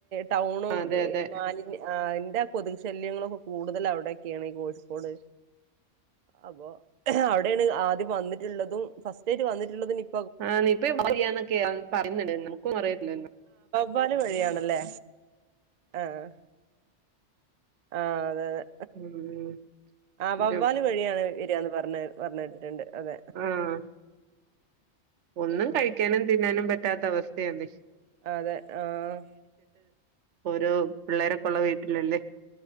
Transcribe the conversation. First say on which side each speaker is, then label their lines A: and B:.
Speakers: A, on the right; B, on the right.
A: ടൗണും
B: അതെ അതെ
A: ഇ മാലിന്യ- ആഹ് എന്റെ ആ കൊതുക് ശല്യങ്ങളൊക്കെ കൂടുതൽ അവിടെക്കെയാണ് ഈ കോഴിക്കോട് അപ്പൊ അവിടേണ് ആദ്യം വന്നിട്ടുള്ളതും ഫസ്റ്റ് ആയിട്ട് വന്നിട്ടുള്ളതുംനിപ-
B: ആഹ് നിപ്പ <unintelligible> പറയുന്നുണ്ട് നമക്കൊന്നു അറിയല്ലല്ലോ
A: വാല് വഴിയാണ് അല്ലേ ആഹ് ആഹ് അതെ അതെ
B: ഉം ഉം
A: ആ
B: പിന്നെ
A: വവ്വാല് വഴിയാണ് വരികന്ന് പറ പിന്നെ പറഞ്ഞിട്ടിട്ടുണ്ട് അതെ
B: ആഹ് ഒന്നും
A: ആഹ്
B: കഴിക്കാനും തിന്നാനും പറ്റ ഇട്ടാത്ത അവസ്ഥല്ല
A: അതെ ആഹ്
B: ഓരോ പിള്ളേരൊക്കെ ഉള്ള വീട്ടിലല്ലേ